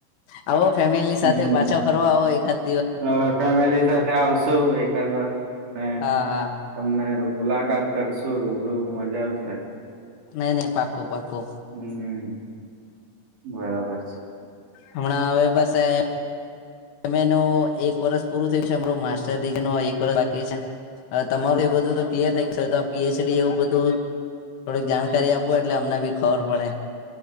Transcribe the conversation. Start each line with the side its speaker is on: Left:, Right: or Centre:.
Left: આવો ફેમિલી
Right: હમ્મ.
Left: સાથે પાછા ફરવા આવો એખાડ
Right: <inaudible> મુલાકાત
Left: હા હા
Right: કરશું રૂબરૂ હું મજા આવશે
Left: નહી નહી પાકો પાકો
Right: હમ્મ. બરાબર છે.
Left: હમણાં હવે બસે તમે એનું એક વરષ પૂરું થયું છે, અમારો માસ્ટર ડિગ્રીનુ એક વર્ષ બાકી છે. હ તમારું એ બધું તો ક્લીયર થઈ ગયું તો પીએચડી એવું બધું થોડીક જાણકારી આપવું એટલે અમને ભી ખબર પડે